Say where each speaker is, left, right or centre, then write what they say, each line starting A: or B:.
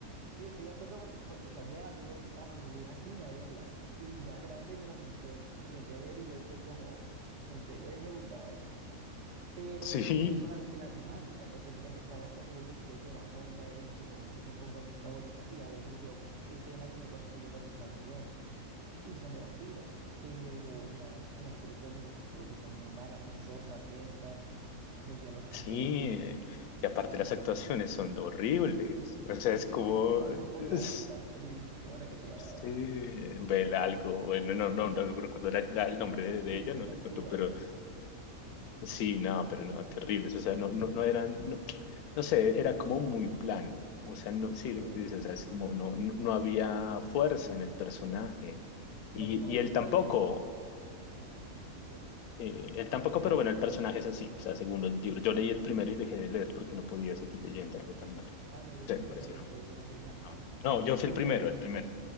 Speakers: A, on the right (about 60°); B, on the left (about 85°).
A: sí, estoy de acuerdo porque cuando salían a mí me gustaban y yo iba al cine a verlas. Y ya grande me las inte- intenté ver y yo fue como, en serio, a mí me gustaba esto. pero
B: Sí,
A: no es solamente la temática, porque mira que estaba esta serie que es de Vampire Diaries, que por mucho tiempo fue mis favoritas, y a veces veo escenas y me pare- sigue pareciendo muy buena, y son de vampiros, pero no, es que las películas de Crepúsculo sí son muy malas, son sosas, lentas, no, los diálogos
B: sí,
A: son pésimos,
B: eh, y aparte las actuaciones son horribles, o sea,
A: <laughs>
B: es como...
A: empezando por la,
B: es-
A: la actriz, ¿cómo era que se llamaba?
B: Sí, Bella algo, bueno, no, no,
A: Eh,
B: no recuerdo la- la- el nombre de, de
A: Kristen
B: ella, no recuerdo,
A: Stewart,
B: pero Sí, no, pero no, terribles. O sea, no, no, no eran, no, no sé, era como muy plano. O sea, no, sí,
A: eh,
B: lo que tú dices, o sea, es como no, no, no había fuerza en el personaje. Y,
A: era como, estoy
B: y él tampoco,
A: feliz, y ya, estoy feliz.
B: eh, él tampoco, pero bueno, el personaje es así. O sea, según los libros. Yo leí el primero y dejé de leer porque no podía seguir leyendo algo tan malo.
A: Ah, no, yo eso
B: O
A: sí
B: me pareció
A: no me los
B: lo-
A: leí, no fui tan fan.
B: Ah, No, yo
A: Y
B: fui el
A: mira
B: primero,
A: que
B: el primero,